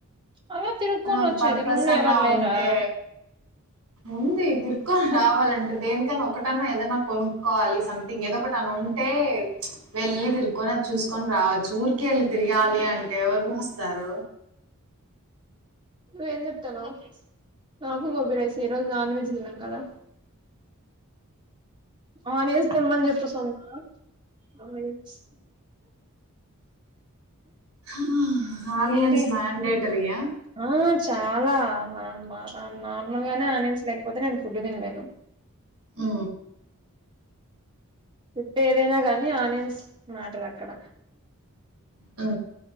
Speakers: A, on the right; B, on the right.
A: అలా తిరుక్కొని
B: ఆనా ఒక
A: వచ్చేది
B: పర్పస్
A: రూమ్ లో
B: అన్నా
A: ఎవరు లేరా
B: ఉంటే ఉంది తిరు క్ రావాలంటే దేనికైనా ఒక ట్ తన్నా ఏదన్నా కొనుక్కోవాలి సంథింగ్ ఏదో ఒకటి అని ఉంటే వెళ్లి తిరుక్కోని త్ చూసుకొని రావచ్చు ఊరికెళ్ళి తిరగాలి అంటే ఎవరు వస్తారు
A: నువ్వేం చెప్తునవ్ నాకు గోబీ రైస్ ఈ రోజు నాన్ వెజ్ తిన్నమ్ గదా ఆనియన్స్ త్యమ్మన్ చెప్ కుసోన్న ఆ రీల్స్
B: ఆ ఆనియన్స్
A: ఏంటి
B: మ్యాన్ డేటరియా
A: ఆ చాలా ఆ మ నార్మల్ గానే ఆనియన్స్ లేకపోతే నేను ఫుడ్ తినలేను
B: మ్
A: ఫుడ్ ఏదైనా గానీ ఆనియన్స్ మ్యాటర్ అక్కడ
B: ఆ